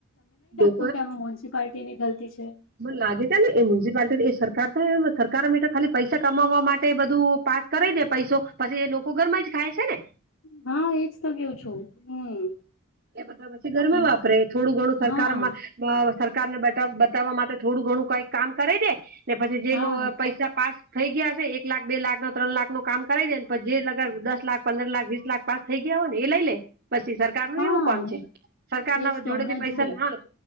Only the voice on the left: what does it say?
તો કેમ મ્યુિસિપાલિટીની ગલતી છે.
હા એજ તો કેઉ છું. હમ
કેમ
હા
હા
હા
એજ તો
હમણાં
જુઓ